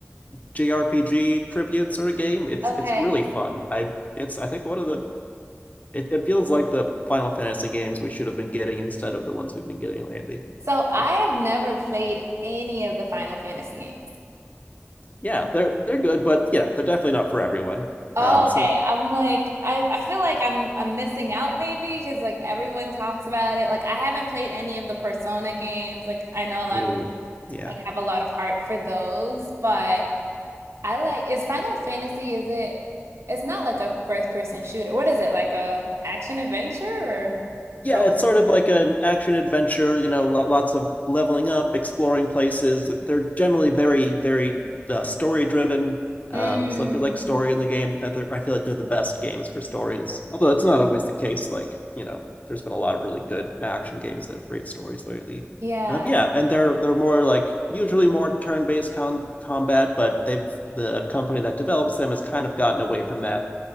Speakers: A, on the left; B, on the right.
A: JRPG tribute sort of game. It's
B: okay.
A: it's really fun. I it's I think one of the it, it feels like the Final Fantasy games we should have been getting instead of the ones we've been getting lately.
B: So I
A: It,
B: have never played any of the Final Fantasy games.
A: yeah, they're they're good, but yeah, they're definitely not for everyone.
B: Oh,
A: Um, so
B: okay. I'm like I I feel like I'm I'm missing out maybe because like everyone talks about it. Like I haven't played any of the Persona games. Like I know a lot
A: uh,
B: of people
A: yeah,
B: like have a lot of heart for those, but I like is Final Fantasy is it it's not like a first person shooter. What is it? Like a action adventure or
A: Yeah,
B: role?
A: it's sort of like an action adventure, you know, lots of leveling up, exploring places. They're generally very, very uh, story driven. Um,
B: Mm,
A: so if you like story in the game, uh, I feel like they're the best games for stories. Although that's not always the case. Like, you know, there's been a lot of really good action games that have great stories lately.
B: yeah.
A: Um, yeah, and they're they're more like usually more turn-based con combat, but they've the company that develops them has kind of gotten away from that